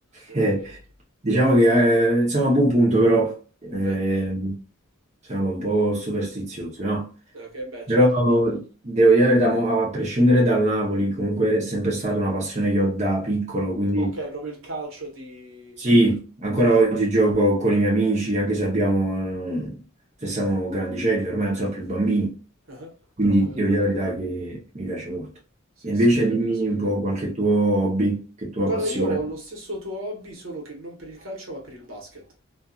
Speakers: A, on the right; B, on the right.
A: Ok,
B: <laughs> eh,
A: ok.
B: diciamo che eh, siamo a buon punto, però eh,
A: Eh,
B: siamo un po' superstiziosi, no?
A: ok, beh,
B: Però
A: certo, certo.
B: devo dire la verità, mo, a prescindere dal Napoli, comunque è sempre stata una passione che ho da piccolo, quindi
A: Ok, proprio il calcio ti...
B: sì, ancora oggi gioco con i miei amici, anche se abbiamo, eh, se siamo grandicelli, ormai non sono più bambini,
A: Ah,
B: quindi
A: Però comunque...
B: devo dire la verità che mi piace molto.
A: Sì,
B: E invece
A: sì, ti capisco.
B: dimmi un po' qualche tuo hobby, che tua
A: Guarda,
B: passione.
A: io ho lo stesso tuo hobby, solo che non per il calcio, ma per il basket.